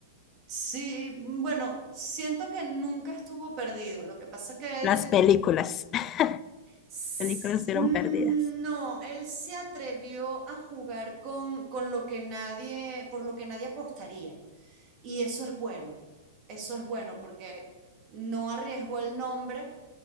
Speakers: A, on the right (about 35°); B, on the left (about 30°).
A: Sí, mm, bueno, siento que nunca estuvo perdido. Lo que pasa que
B: Las
A: él
B: películas, <laughs>
A: s-
B: películas fueron
A: mm,
B: perdidas.
A: no, él se atrevió a jugar con, con lo que nadie, por lo que nadie apostaría. Y eso es bueno. Eso es bueno porque no arriesgó el nombre